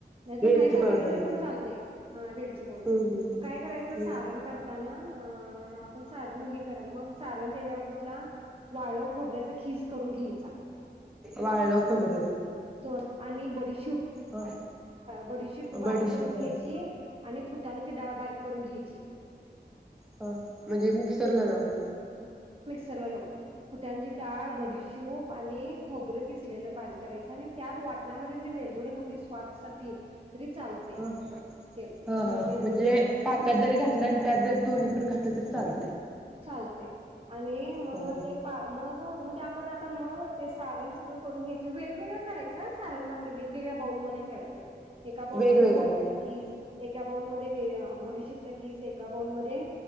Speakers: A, on the right; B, in the centre.
A: नाहीतर
B: वेलची
A: नाही टाकली
B: पावडर
A: तरी पण चालतंय. हा वेलची पावडर.
B: हम्म
A: मग काय करायचं
B: हम्म
A: सारण करताना अ आपण सारण हे करा मग सारण त्याच्या बरोबर तुला वाळ खोबऱ्याचा खीस करून घ्यायचा.
B: वाळ खोबर
A: तो आणि बडीशूप
B: हा
A: बडीशूप बारीक
B: बडीशेप
A: करून घ्यायची
B: हा
A: आणि फुटाण्याची डाळ बारीक करून घ्यायची.
B: हा म्हणजे मिक्सरला लाऊन.
A: चला लावून फुटाण्याची डाळ, बडीशूप आणि खोबरं किसलेल बारीक करायच आणि त्याच वाटणामध्ये जरी वेलदोड घातलीस स्वादसाठी तरी चालते
B: ह ह
A: ते हा
B: ह,
A: वेलदोडे
B: म्हणजे
A: घालायचं
B: पाकात जरी घातला त्यात जरी दोन्हीत पण घात ल तरी चाल
A: चालते आणि मग
B: ह
A: ते पा मग मग ते आपण आता मग ते सारण सगळं करून घ्यायच वेगवेगळं करायचं सारण वेगवेगळ्या बाऊलमध्ये ठेवायचं. एका बाऊलमध्येखोबऱ्याचा
B: वेगवेगळं
A: कीस एका एका बाऊल मध्येे बडीशूपचा खीस, एका बाऊल मध्ये